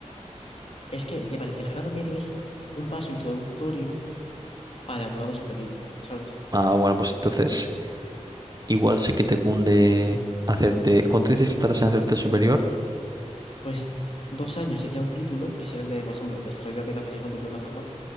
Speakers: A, on the left; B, on the right.
A: Es que eh, vale, el grado medio es un paso introductorio para el grado superior, ¿sabes?
B: Ah, bueno, pues entonces igual sí que te cunde hacerte. ¿Cuánto dices que estarás en hacerte el superior?
A: Pues dos años sería un título, que sería el de, por ejemplo, desarrollo de aplicaciones multiplataforma,